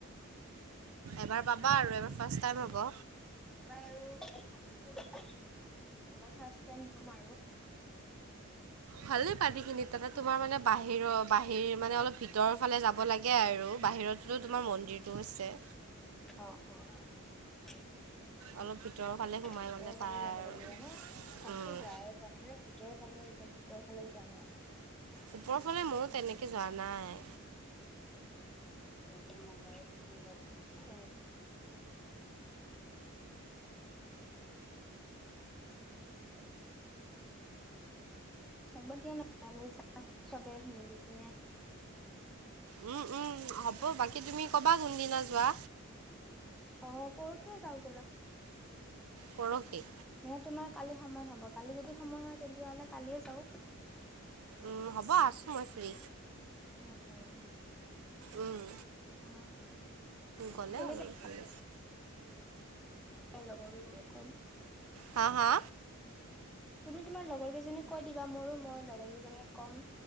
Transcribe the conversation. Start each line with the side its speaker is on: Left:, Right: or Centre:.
Right: এবাৰ পাব বা আৰু এবাৰ ফ্ৰাষ্ট টাইম হ'ব।
Centre: এবাৰ আৰু ভাবিছো এবাৰ ফ্ৰাষ্ট টাইম ধুম আৰু
Right: ভালে পানীখিনি তাতে তোমাৰ মানে বাহিৰৰ বাহিৰ মানে, অলপ ভিতৰৰ ফালে যাব লাগে। আৰু বাহিৰত য'ত তোমাৰ মন্দিৰটো আছে
Centre: অ', অ',
Right: অলপ ভিতৰৰ ফালে সোমাই
Centre: ভিতৰৰ
Right: গ'লে
Centre: ফালে
Right: পায়
Centre: যাব
Right: আৰু
Centre: লাগিব ন। ভালকে
Right: উম,
Centre: যায় পোৱা নাই। মানে ভিতৰ ফালে ওপৰ ফালে যোৱা নাই
Right: ওপৰৰ ফালে ময়ো তেনেকে যোৱা নাই?
Centre: যোৱা নাই নাপায় <inaudible> হ'ব দিয়া নহলে আমি যাম চবে মিলি কিনে <inaudible>
Right: উম, উম, হ'ব বাকী তুমি ক'বা কোনদিনা যোৱা?
Centre: অ', পৰখিয়ে যাও ব'লা
Right: পৰখি
Centre: নে তোমাৰ কালি সময় হ'ব? কালি যদি সময় হয় তেতিয়া হ'লে কালিয়ে যাও।
Right: উম, হ'ব আছো মই ফ্ৰী
Centre: উম, উম।
Right: উম,
Centre: উম,
Right: গ'লে
Centre: তুমি
Right: হ'ল ভালে।
Centre: লগৰ কেইজনীক কম
Right: হা, হা?
Centre: তুমি তোমাৰ লগৰ কেইজনীক কৈ দিবা মোৰো মই লগৰ কেইজনীক ক'ম